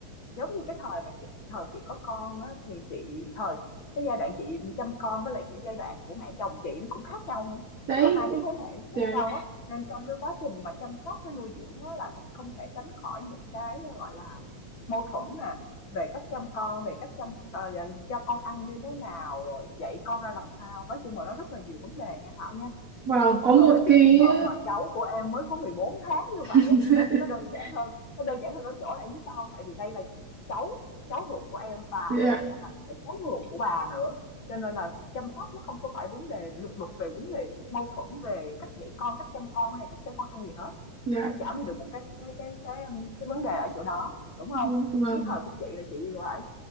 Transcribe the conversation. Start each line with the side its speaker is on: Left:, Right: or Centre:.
Left: Giống như cái thời mà chị thời chị có con á, thì chị thời cái giai đoạn chị mà chăm con với lại cái giai đoạn của mẹ chồng chị nó cũng khác nhau nữa.
Right: Đấy,
Left: Tức là hai cái thế hệ nó khác
Right: để,
Left: nhau á, nên trong cái quá trình mà chăm sóc với nuôi dưỡng á, là nó không thể tránh khỏi những cái ờ, gọi là mâu thuẫn nè, về cách chăm con, về cách chăm ờ, cho con ăn như thế nào, rồi dạy con ra làm sao. Nói chung là nó rất là nhiều vấn đề nha Thảo nha.
Right: và có
Left: Và
Right: một
Left: với cái
Right: cái
Left: trường hợp mà cháu của em mới có 14 tháng như vậy
Right: <laughs>
Left: á, thì nó nó đơn giản hơn, nó đơn giản hơn ở chỗ là em biết sao không Tại vì đây là cháu cháu ruột của em và
Right: dạ
Left: mẹ là là cháu ruột của bà nữa, cho nên là chăm sóc nó không có phải vấn đề lục đục về vấn đề mâu thuẫn về cách dạy con, cách chăm con hay cách cho con ăn gì hết.
Right: dạ
Left: Nó giảm đi được một cái cái cái cái, cái vấn đề ở chỗ đó, đúng
Right: vâng
Left: không Cái thời của chị là chị phải